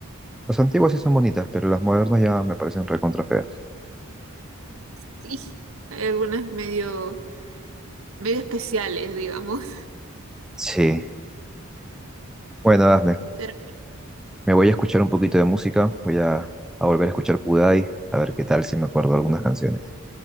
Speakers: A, in the centre; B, on the right.
A: Las antiguas sí son bonitas, pero las modernas ya me parecen recontra feas.
B: Sí, hay algunas medio, medio especiales, digamos.
A: Sí. Bueno, Dafne,
B: <laughs> Pero
A: me voy a escuchar un poquito de música. Voy a, a volver a escuchar Kudai, a ver qué tal si me acuerdo de algunas canciones.